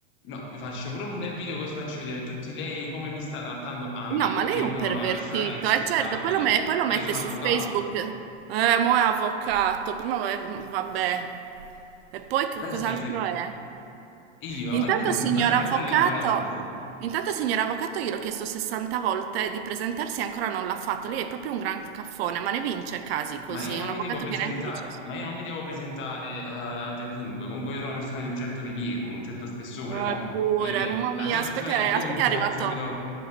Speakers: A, on the left; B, on the right.
A: No, faccio pure un bel video così faccio vedere a tutti lei come mi sta trattando a
B: No,
A: me,
B: ma
A: che
B: lei
A: io
B: è un
A: sono
B: pervertito,
A: una persona rispettabile,
B: eh certo, poi lo, me- poi lo
A: io
B: mette
A: sono
B: su
A: avvocato.
B: Facebook. Eh, mo' è avvocato, prima va- vabbè. E poi che
A: Lei
B: cos'altro
A: si pensa che
B: è?
A: io,
B: Intanto,
A: è nulla,
B: signor
A: <laughs>
B: avvocato,
A: eh, quello è il mio lavoro.
B: intanto, signor avvocato, gliel'ho chiesto 60 volte di presentarsi e ancora non l'ha fatto. Lei è proprio un gran caffone, ma ne vince casi così.
A: Ma io non
B: Un avvocato
A: mi devo presentare,
B: che neanche dice...
A: ma io non mi devo presentare, eh, davanti a chiunque. Comunque io sono una persona di un certo rilievo, un certo spessore.
B: "Ah,
A: Mo,
B: Eppure,
A: non è che
B: mamma
A: la
B: mia,
A: prima
B: aspetta
A: persona che
B: che,
A: incontro
B: aspetta che è arrivato...
A: subito,